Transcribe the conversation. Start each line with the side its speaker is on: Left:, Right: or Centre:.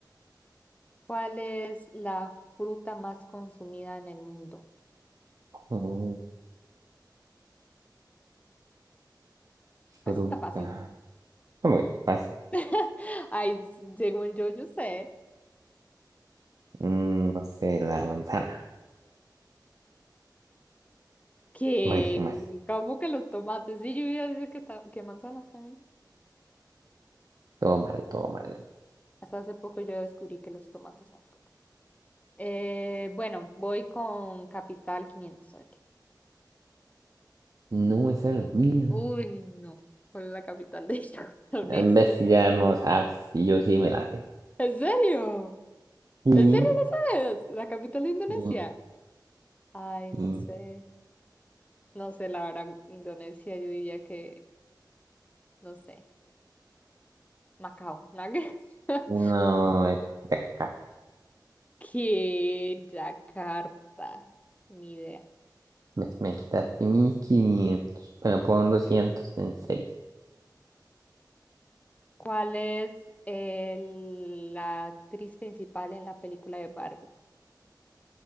Left: ¿Cuál es la fruta más consumida en el mundo?
Right: Oh, fruta.
Left: Esto está fácil.
Right: Como que fácil.
Left: <laughs> Ay, s- según yo, yo sé
Right: Mm, no sé, la manzana.
Left: que,
Right: No dije más.
Left: como que los tomates? Sí, yo iba a decir que, ta- que manzanas también.
Right: Todo mal, todo mal.
Left: Hasta hace poco yo descubrí que los tomates son frutas. Eh, bueno, voy con Capital 500. A ver qué.
Right: No, esa era
Left: Mm,
Right: la mía.
Left: Uy, no. ¿Cuál es la capital de <laughs> Indonesia?
Right: En vez ya no sabes. Y yo sí me la sé.
Left: ¿En serio?
Right: Sí,
Left: ¿En serio no sabes? ¿La capital de Indonesia?
Right: sí,
Left: Ay,
Right: sí.
Left: no sé. No sé, la verdad, Indonesia, yo diría que, no sé, Macao, ¿no? <laughs>
Right: No, es de acá.
Left: que Yakarta, ni idea.
Right: Me, me quitaste mil quinientos Bueno, pon
Left: Este,
Right: 200 en series.
Left: ¿Cuál es el- la actriz principal en la película de Barbie?